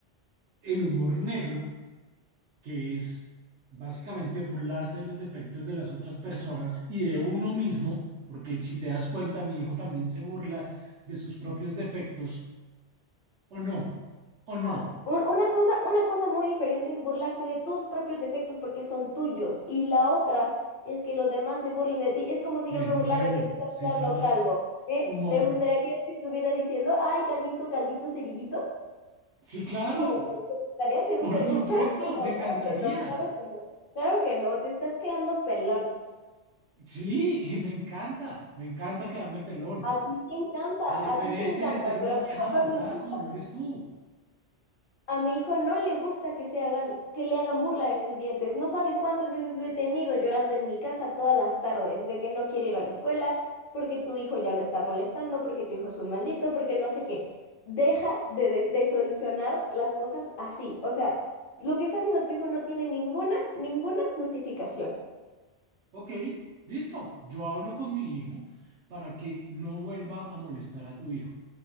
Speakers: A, on the right; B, on the left.
A: el humor negro, que es básicamente burlarse de los defectos de las otras personas y de uno mismo, porque si te das cuenta, mi hijo también se burla de sus propios defectos, o no, o no.
B: Ah, un- Una cosa, una cosa muy diferente es burlarse de tus propios defectos porque son tuyos. Y la otra es que los demás se burlen de ti. Es como si
A: De
B: yo me
A: nuevo,
B: burlara de que te estás
A: se
B: quedando
A: llama
B: calvo. ¿eh?
A: humor.
B: ¿Te gustaría que yo te estuviera diciendo, ay, calvito, calvito, cerillito?
A: Sí, claro,
B: Dime, ¿te gustaría? ¿Te gustaría?
A: por supuesto,
B: No, claro que no,
A: me encantaría.
B: claro que no, claro que no. Claro que no, te estás quedando pelón.
A: Sí, y me encanta, me encanta quedarme pelón.
B: A ti te encanta,
A: A diferencia
B: a ti te encanta,
A: de ser una
B: pero a
A: vieja
B: mí
A: amargada
B: no le gusta.
A: como lo eres tú.
B: A mi hijo no le gusta que se hagan, que le hagan burla de sus dientes. No sabes cuántas veces lo he tenido llorando en mi casa todas las tardes, de que no quiere ir a la escuela, porque tu hijo ya lo está molestando, porque tu hijo es un maldito, porque no sé qué. Deja de, de- de solucionar las cosas así. O sea, lo que está haciendo tu hijo no tiene ninguna, ninguna justificación.
A: Ok, listo. Yo hablo con mi hijo para que no vuelva a molestar a tu hijo.